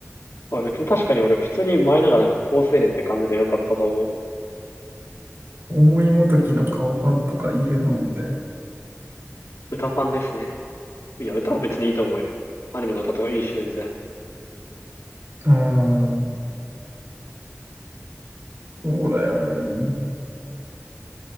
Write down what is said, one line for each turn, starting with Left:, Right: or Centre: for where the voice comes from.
Left: まあ別に確かに俺普通に前のがなんか高青年って感じで良かったと思う。
Right: 思いもときの顔ファンとかいるのみたいな。
Left: 歌ファンですね。いや、歌は別にいいと思うよ。アニメの歌とかいいし全然。
Right: うーん、そうだよね。